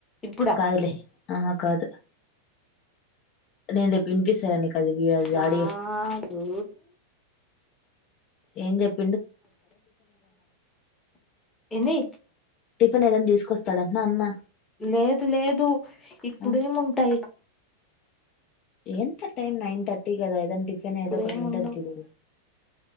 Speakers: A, on the left; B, on the left.
A: ఇప్పుడా
B: కాదులే ఆ హా కాదు నే న్ రేపినిపిసలె నీకు అది వి- అది
A: కాారు
B: ఆడియో ఏం చెప్
A: ఎన్ ది
B: ని ఏదైనా తీసుకొస్తాడ అన్నా అన్న
A: లేదు లేదు ఇప్పుడేమి
B: ఆ,
A: ఉంటాయి
B: ఎంత టైం నైన్ తర్టీ కదా ఏదని టిఫిన్
A: ఇప్పుడేముండవు
B: ఏదో ఒకటి ఉంటుది చుడు